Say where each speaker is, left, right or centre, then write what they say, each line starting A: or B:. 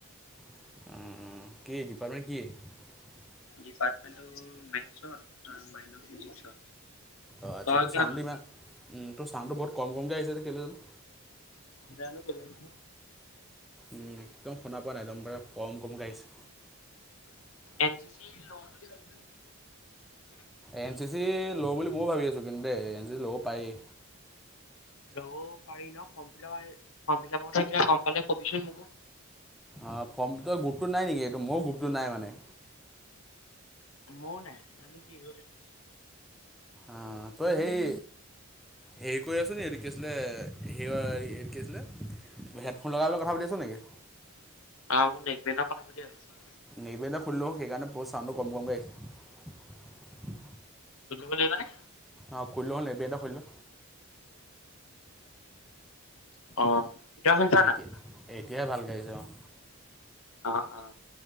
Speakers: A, in the centre; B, on the left.
A: উম, উম, কি ডিপাৰ্টমেণ্ট কি?
B: ডিপাৰ্টমেন্টটো মেথছত মাইনৰ ফিজিক্সত।
A: অ', আচ্ছা
B: তই
A: তোৰ
B: কিহত
A: চাউণ্ডটো
B: ললি?
A: ইমান উম, তোৰ চাউণ্ডটো বহুত কম কমকৈ আহিছে কেলে জানোঁ।
B: জানো কেলে আহিছে?
A: উম, একদম শুনা পোৱা নাই, একদম পাৰে কম কম কে আহিছে।
B: এন চি চি ল'ম বুলি ভাবিছা নে?
A: এন চি চি ল'ম বুলি মইও ভাবি আছো। কিন্তু দেই এন চি চি ল'ব পাৰেই।
B: ল'ব পাৰি ন <unintelligible> ফম ফিলাব কথা কিবা গ'ম পালে কবিচোন মোকো।
A: অ' কম্পিউট গ্ৰুপটো নাই নেকি? এইটো মোৰ গ্ৰুপটো নাই মানে।
B: মৌনাই নানু কি হয় দো
A: অ' তই সেই হেৰি কৰি আছো, এইটো কি আছিলে, সেটো কি আছিলে। হেডফোন লগাইলৈ কথা পাতি আ'ছ নেকি?
B: অ', মোৰ নেশ্বনেল কথা পাতি আছোঁ।
A: নেক বেন্দদা খুলি ল'ওঁ সেইকাৰণে চাউণ্ডটো বৰ কম কমকে আহিছে।
B: তুতুকো লৈ আহিবা নে?
A: অ', খুলি ল' নেকবেণ্ডডাল খুলি ল'।
B: অ', তই শুনিছ
A: এতিয়া
B: নাই?
A: এতিয়াহে ভালকে আহিছে অ',
B: অ' অ'